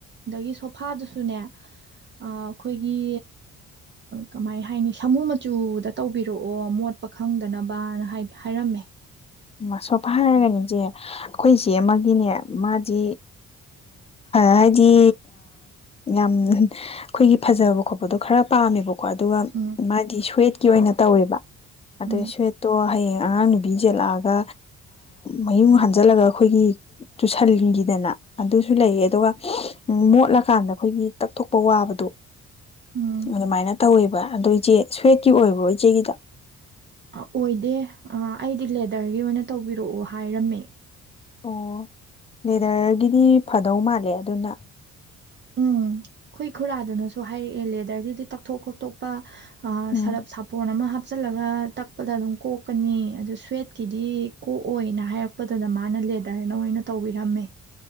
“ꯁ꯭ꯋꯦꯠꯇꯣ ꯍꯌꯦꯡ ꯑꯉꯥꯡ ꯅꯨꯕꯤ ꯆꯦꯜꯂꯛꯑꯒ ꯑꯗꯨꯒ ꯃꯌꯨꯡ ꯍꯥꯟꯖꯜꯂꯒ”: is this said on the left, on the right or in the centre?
Left